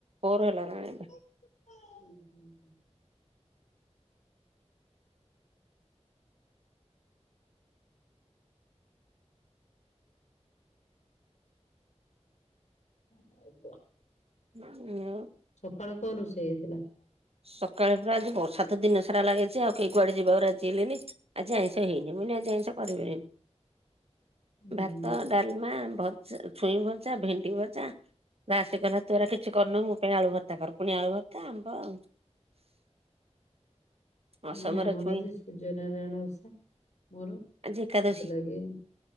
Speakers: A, on the right (about 60°); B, on the left (about 80°).
A: ଫୋର ହେଲା ନା କଣ ଏବେ।
B: ହୁଁ ହୁଁ। ଆଉ କଣ?
A: <unintelligible>
B: ସକାଳୁ କଣ ରୋଷେଇ ହେଇଥିଲା।
A: ସକାଳେ ପୁରା ଆଜି ବର୍ଷାତ ଦିନ ସାରା ଲାଗିଛି ଆଉ କେହି କୁଆଡେ ଯିବାରୁ ଆଜି ହେଲେନି। ଆଜି ଆଇଁଷ ହେଇନି ମୁୁନି ଆଜି ଆଇଁଷ କରିବିନିି
B: ଉଁ
A: ଭାତ
B: ହୁଁ
A: ଡାଲମା ଭଜା ଛୁଇଁ ଭଜା ଭେଣ୍ଡି ଭଜା ନା ଆସିକି ନା ତୁା କିଛି କରିନୋଉ ମୋ ପାଇଁ ଆଳୁ ଭର୍ତ୍ତା କର ପୁଣି ଆଳୁ ଭର୍ତା ଆମ୍ବ ଆଉ ଅସମର
B: ନା ଆମର
A: ଛୁଇଁ
B: ଆଜି ସୂର୍ଯ୍ୟ ନାରାୟଣ ଓଷା ମୋର ସେଥିଲାଗି
A: ଆଜି ଏକାଦଶୀ